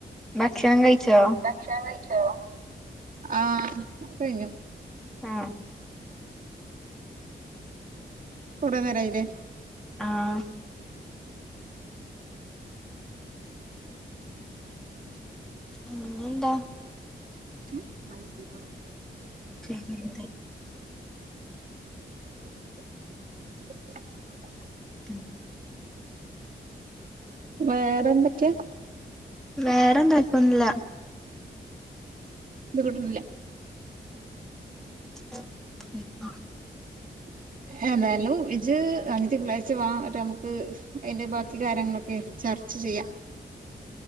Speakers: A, in the centre; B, on the right (about 50°).
A: ഭക്ഷണം കയ്ച്ചോ.
B: ക്ഷണം കയ്ച്ചോ ആഹ് കയ്ഞ്ഞു.
A: ആഹ്.
B: കൊറേ നേരായിലേ.
A: ആഹ്. ഉം ന്നെന്താ.
B: എ മൈസൂരോ.
A: എന്ത്.
B: <inaudible>
A: ഉം.
B: വേറെന്തൊക്ക്യ.
A: വേറെന്ത ഇപ്പൊന്നുല്ല.
B: ത് കിട്ട്ണില്ല.
A: <inaudible>
B: <inaudible> എതായാലും ഇജ്ജ് അദ്യ തിങ്ങളാഴ്ച വാ എന്നിട്ട് നമുക്ക് അതിന്റെ ബാക്കി കാര്യങ്ങളൊക്കെ ചർച് ച്ച ചെയ്യാം.